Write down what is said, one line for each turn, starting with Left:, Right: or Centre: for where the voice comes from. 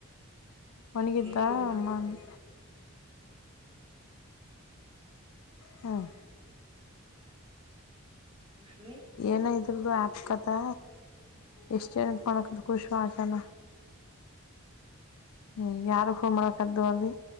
Left: ಮಂಗಿದ್ದ
Right: ಟಿವಿ ನೋಡ್ಬೋದು
Left: ಅಮ್ಮ ಅಂದೇ ಹ್ಮ್
Right: ಖುಷಿ
Left: ಏನ ಇದ್ರದದು ಆ್ಯಪ್ಕತ್ತ ಎಷ್ಟು ಜನಕ್ಕೆ ಮಾಡಕ ಖುಷ ಆಣ ಹ್ಮ ಯಾರ ಹೋ ಮಾಡಕದ್ದು ಅದ